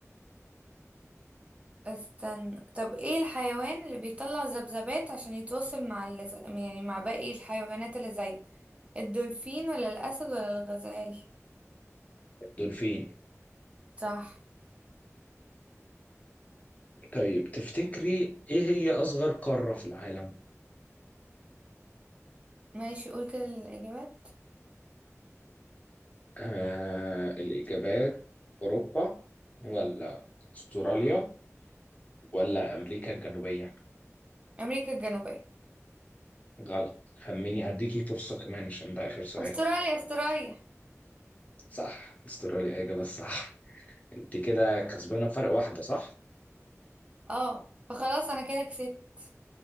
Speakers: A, on the right; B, on the left.
A: استنى طب ايه الحيوان اللي بيطلع ذبذبات عشان يتواصل مع اللز... يعني مع باقي الحيوانات اللي زيه الدولفين ولا الأسد ولا الغزال
B: دولفين
A: صح
B: طيب تفتكري إيه هي أصغر قارة في العالم؟
A: ماشي قول كده الإجابات
B: آه الإجابات أوروبا ولا أستراليا ولا أمريكا الجنوبية؟
A: أمريكا الجنوبية
B: غلط خميني هديكي فرصة كمان عشان ده آخر سؤال
A: أستراليا أستراليا
B: صح أستراليا إجابة الصح أنت كده كسبانة بفرق واحدة صح؟
A: اه فخلاص أنا كده كسبت